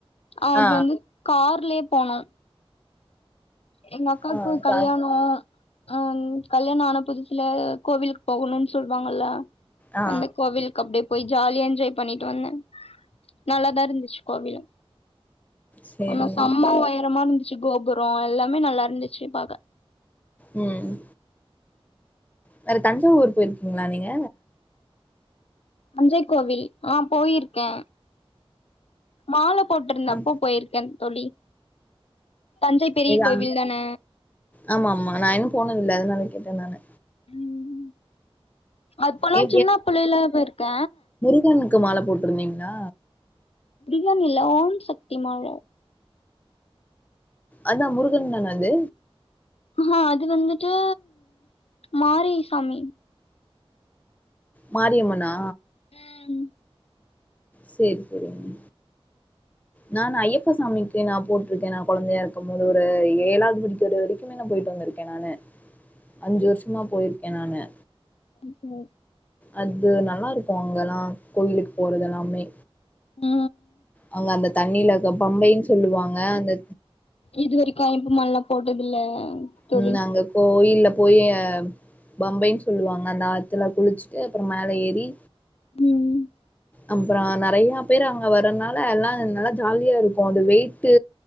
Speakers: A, on the left; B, on the left.
A: அது
B: ஆ
A: வந்து கார்லயே போனோ எங்க அக்காக்கு
B: ஆ சா
A: கல்யாணோ அ ம் கல்யாண ஆனா புதுசுல கோவிலுக்கு போகணுன் சொல்லுவாங்கல்ல
B: ஆ
A: அந்த கோவிலுக் கு அப்டியே போய் ஜாலியா என்ஜாய் பண்ணிட்டு வந்த நல்லாதா இருந்துச்சு கோவிலு
B: சேரிங்க
A: ஆனா செம உயரமா இருந்துச்சு கோபுரோ எல்லாமே நல்லா இருந்துச்சு பாக்க
B: ம் வேற தஞ்சாவூர் போய்ருக்கீங்களா நீங்க
A: தஞ்சை கோவில் ஆ போயிருக்கே மால போட்ருந்தப்போ
B: ஆ
A: போய்ருக்கே தோழி தஞ்சை பெரிய
B: இதா
A: கோவில்தான
B: ஆமா ஆமா நா இன்னு போனதில்ல அதனால கேட்ட நானு
A: ம் அப்பல்லா
B: எ
A: சின்ன புள்ளைல போய்ருக்க
B: னுக்கு மால போட்ருந்தீங்ளா
A: முருகன் இல்ல ஓம் சக்தி மால
B: அத்தா முருகன்தான அது
A: ஆஹா அது வந்துட்டு மாரிசாமி
B: மாரியம்மனா
A: ம்
B: சேரி சேரிங்க நானு ஐயப்பா சாமிக்கு நா போட்ருக்க நா கொழந்தயா இருக்கும்போது ஒரு ஏழாவது படிக்கிற வரிக் <unintelligible> போய்ட்டு வந்திருக்கே நானு அஞ்சு வர்ஷமா போய்ருக்க நானு
A: ஓக்கே
B: அது நல்லா இருக்கு அங்கல்லா கோயிலுக்கு போறது எல்லாமே
A: ஆ
B: அங்க அந்த தண்ணில பம்பைன் சொல்லுவாங்க அந்த
A: இதுவரிக்கு ஐயப்ப மாலலா போட்டதில்ல தோழி
B: ம் நாங்க கோயில்லா போயி பம்பைன் சொல்லுவாங்க அந்த ஆத்துல குளிச்சுட்டு அப்புறோ மேல ஏறி
A: ம்
B: அப்புறோ நறைய பேர் அங்க வர்றனால எல்லா நல்லா ஜாலியா இருக்கு அது வெய்ட்டு